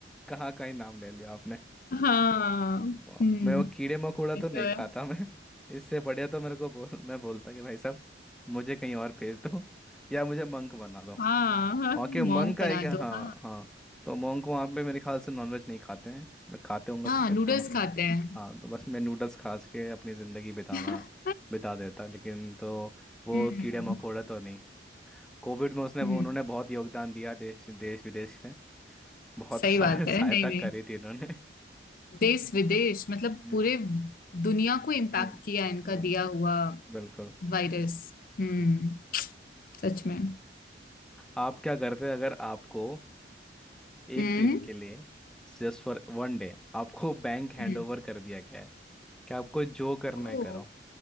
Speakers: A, in the centre; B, on the left.
A: कहाँ का ही नाम ले लिया आपने।
B: हाँ
A: वाह
B: हम्म
A: मैं वो कीड़े मकोड़ा
B: ये
A: तो
B: तो
A: नहीं
B: है
A: खाता मैं <laughs> इससे बढ़िया तो मेरे को बोल मैं बोलता कि भाई साहब मुझे कहीं और भेज दो <laughs> या मुझे मंक बना दो
B: हाँ हाँ
A: वहाँ के मंक
B: मोंग
A: आएगा
B: बना दो
A: हाँ
B: हाँ
A: हाँ तो मंक वहाँ पे मेरे ख्याल से नॉनवेज नहीं खाते हैं मैं खाते होंगे
B: हाँ
A: तो फिर
B: नूडल्स
A: तो
B: खाते हैं
A: हाँ तो बस मैं नूडल्स खा के अपनी ज़िंदगी बिताना
B: <laughs>
A: बिता देता लेकिन तो वो
B: हम्म
A: कीड़े मकोड़े तो नहीं कोविड में उसने
B: हम्म
A: उन्होंने बहुत योगदान दिया देश देश विदेश में बहुत
B: सही
A: सहाय-
B: बात
A: <laughs>
B: है
A: सहायता
B: नहीं नहीं
A: करी थी इन्होंने
B: देश विदेश मतलब
A: हम्म
B: पूरे दुनिया को इम्पैक्ट
A: हम्म
B: किया इनका
A: अम,
B: दिया हुआ
A: बिल्कुल
B: वायरस हम्म सच में
A: आप क्या करते अगर आपको एक
B: हम्म
A: दिन के लिए जस्ट फॉर वन डे आपको <laughs> बैंक हैंडओवर
B: हम्म
A: कर दिया गया है कि आपको जो करना
B: ओह
A: है करो